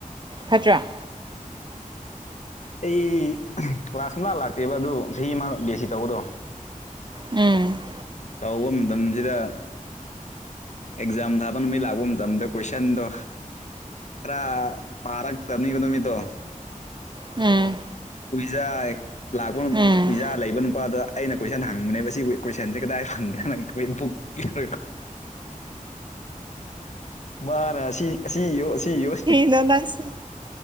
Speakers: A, on the right; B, on the left.
A: ꯐꯠꯇ꯭ꯔꯥ
B: ꯑꯩ ꯀ꯭ꯂꯥꯁ ꯁꯨꯡꯂꯥꯛ ꯂꯥꯛꯇꯦꯕ ꯑꯗꯨ ꯆꯍꯤ ꯑꯃ ꯕꯤ ꯑꯦꯁ ꯁꯤ ꯇꯧꯕꯗꯣ
A: ꯎꯝ
B: ꯇꯧꯕ ꯃꯇꯝꯁꯤꯗ ꯑꯦꯛꯖꯥꯝ ꯊꯥꯕ ꯅꯨꯃꯤꯠ ꯂꯥꯛꯄ ꯃꯇꯝꯗ ꯀꯣꯏꯁꯟꯗꯣ ꯈꯔ ꯄꯥꯔꯛꯇꯝꯅꯤ ꯅꯨꯃꯤꯠꯇꯣ
A: ꯎꯝ
B: ꯍꯨꯏꯖꯥꯏ ꯂꯥꯒꯣꯟ
A: ꯎꯝ
B: <unintelligible> ꯂꯩꯕ ꯅꯨꯄꯥꯗ ꯑꯩꯅ ꯀꯣꯏꯁꯟ ꯍꯪꯕꯅꯦꯕ ꯁꯤ ꯀꯣꯏꯁꯟꯁꯦ ꯀꯗꯥꯏ ꯐꯪꯒꯦꯅ <unintelligible> ꯃꯥꯅ ꯑꯁꯤ ꯑꯁꯤ ꯏꯌꯣ ꯑꯁꯤ ꯏꯌꯣꯌꯦ
A: <unintelligible>